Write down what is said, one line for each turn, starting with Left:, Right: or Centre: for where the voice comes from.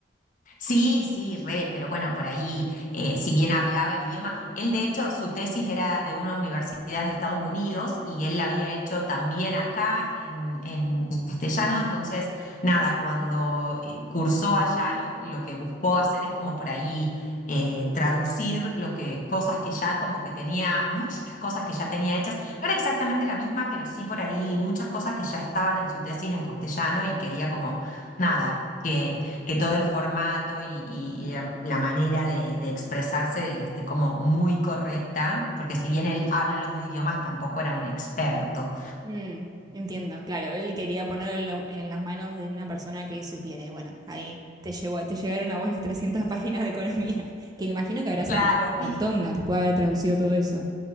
Left: Sí, sí, re, pero bueno, por ahí, eh, si bien hablaba el idioma, él de hecho, su tesis era de una universidad en Estados Unidos y él la había hecho también acá en, en castellano, entonces, nada, cuando eh, cursó allá, lo, lo que buscó hacer es como por ahí eh, traducir lo que, cosas que ya como que tenía, muchas cosas que ya tenía hechas, no era exactamente la misma, pero sí por ahí muchas cosas que ya estaban en su tesis en castellano y quería como, nada. que que todo el formato y, y- y la, la manera de, de expresarse este, como muy correcta, porque si bien él habla los dos idiomas, tampoco era un experto.
Right: Mm, entiendo, claro, él quería ponerlo en, lo- en las manos de una persona que supiera. Y bueno, ahí te llegó, te llegaron a vos las 300 <laughs> páginas de economía, <laughs> que imagino que habrás
Left: Claro,
Right: aprendido un
Left: y
Right: montón ¿no? después de haber traducido todo eso.